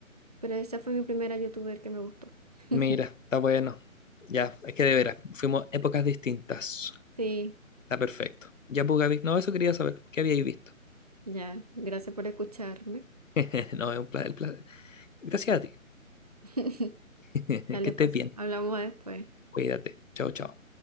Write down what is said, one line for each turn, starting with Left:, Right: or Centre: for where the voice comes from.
Right: pero esa fue mi primera youtuber que me gustó. <laughs>
Left: Mira, está bueno. Ya, es que de veras, fuimos épocas distintas.
Right: Sí,
Left: Está perfecto. Ya, pues, Gaby, no, eso quería saber. ¿Qué habíais visto?
Right: ya. Gracias por escucharme.
Left: <laughs> No, es un placer. Gracias a ti.
Right: <laughs>
Left: <laughs>
Right: Dale
Left: Que estés
Right: pues,
Left: bien.
Right: hablamos después.
Left: Cuídate. Chao, chao.